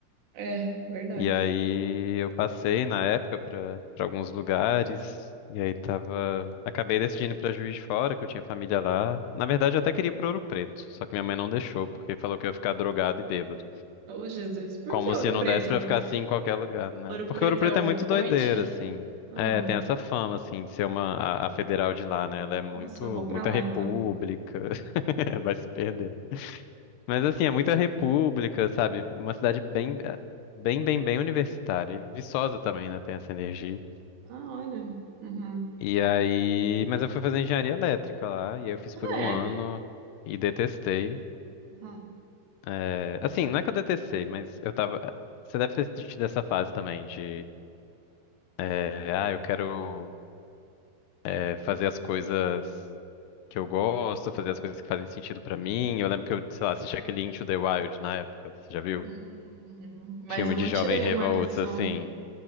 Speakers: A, on the right; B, on the left.
A: É, verdade.
B: E aí eu passei na época para para alguns lugares e aí tava, acabei decidindo para Juiz de Fora, que eu tinha família lá. Na verdade, eu até queria ir para Ouro Preto, só que minha mãe não deixou, porque falou que eu ia ficar drogado e bêbado.
A: Ô, Jesus, por
B: Como
A: que Ouro
B: se não
A: Preto?
B: desse para ficar assim em qualquer lugar, né?
A: Ouro
B: Porque
A: Preto
B: Ouro Preto
A: é o
B: é muito
A: Point?
B: doideira, assim.
A: Ah,
B: É, tem essa fama assim de ser uma a, a federal de lá, né? Ela é muito
A: nossa, eu vou pra
B: muita
A: lá
B: república.
A: então.
B: <laughs> Vai se perder. Mas assim, é muita república, sabe? Uma cidade bem, bem, bem, bem universitária. E Viçosa também, né? Tem essa energia.
A: Ah, olha. Uhum.
B: E aí. Mas eu fui fazer engenharia elétrica lá, e aí eu fiz
A: Ah,
B: por um
A: é?
B: ano e detestei.
A: Uhum.
B: É, assim, não é que eu detestei, mas eu tava. Você deve ter tido essa fase também de. é, ah, eu quero é, fazer as coisas. Que eu gosto, fazer as coisas que fazem sentido pra mim. Eu lembro que eu, sei lá, assisti aquele Into the Wild na época, você já viu?
A: Uhum. Mas
B: Filme
A: eu
B: de
A: não
B: jovem
A: tirei
B: revolts,
A: uma lição.
B: assim.